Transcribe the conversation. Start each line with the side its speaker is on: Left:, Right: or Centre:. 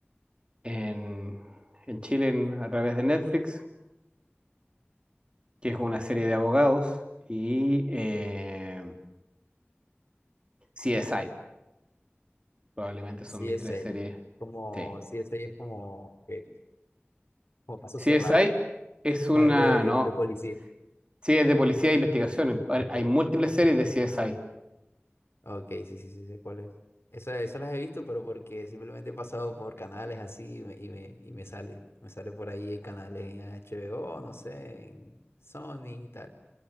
Right: en, en Chile en- a través de Netflix, que es una serie de abogados. Y eh, CSI, probablemente
Left: CSA.
Right: son mis tres series.
Left: Como
Right: Sí.
Left: CSI es como, que- como caso cerrado.
Right: CSI es una,
Left: O algo de,
Right: no,
Left: de policía.
Right: Sí, es de policía e investigación. Hay
Left: Ok,
Right: hay
Left: ok.
Right: múltiples
Left: ok.
Right: series de CSI.
Left: Ok, sí, sí, sí, sé cuál es. Eso, eso las he visto, pero porque simplemente he pasado por canales así y me, y me, y me sale. Me sale por ahí en canales en HBO, no sé, en Sony y tal.